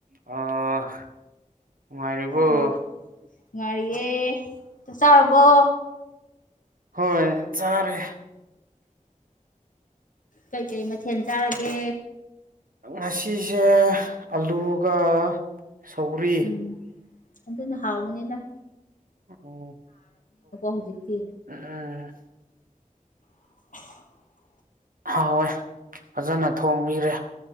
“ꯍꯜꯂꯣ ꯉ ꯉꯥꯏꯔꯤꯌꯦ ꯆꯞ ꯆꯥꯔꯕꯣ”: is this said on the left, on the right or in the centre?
Left